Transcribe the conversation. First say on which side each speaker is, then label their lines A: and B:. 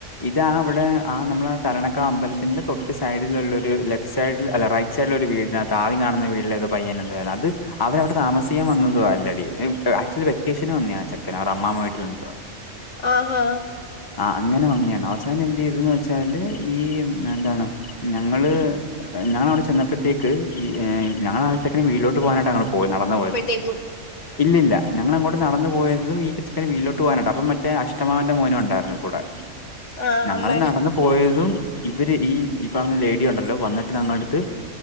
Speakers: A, on the left; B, on the left.
A: ഇതാ അവിടെ ആഹ് നമ്മള ആഹ് തലണക്ക അമ്പലത്തിന്റെ തൊട്ട് സൈഡിൽുള്ള ഒരു ലെഫ്റ്റ് സൈഡിൽ അല്ല റൈറ്റ് വെളിച്ചള്ള ഒരു വീടിന താറി കാണുന്ന വീടിലത് പയ്യന എ അത് അവര അടെ താമസാൻ വന്നതും അല്ലടി ആക്ച്വലി വെക്കേഷന് വന്നിയാണ് ചെക്കന് അവ അമ്മാമേടെ വീട്ടിൽ എന്തോ
B: ആഹാ
A: ആഹ് അങ്ങനെ വന്നിയാണ് അവസാനം എന്ത് ചെയ്തന്ന് വെച്ചാല് ഈ എന്താണ് ഞങ്ങള് ഞങ്ങളവിടെ ചെന്നപ്പോഴത്തേക്ക് ഈ ഞങ്ങള ആഹ് ച്ചെക്കന വീട്ടിലോട്ട് പോകാനട്ട് പോയി നടന്ന് പോയത്
B: ഏകും
A: ഇല്ലില്ല ഞങ്ങളങ്ങോട്ട്ന്നന്ന് പോയതും ഈ കൊച്ചക്കന് വീട്ടിലോട്ട് പോകാനായിട്ടണ്ട് അപ്പൊ മറ്റേ അഷ്ടമാവന്റെ മോനും ഉണ്ടായിരുന്നു കൂടെ
B: ആ
A: ഞങ്ങള്
B: അമ്പാടി
A: നടന്ന് പോയതും ഇവര് ഈ ഈ പറഞ്ഞ ലേഡിയ ഉണ്ടല്ലോ വന്നിട്ട് ഞങ്ങളടുത്ത്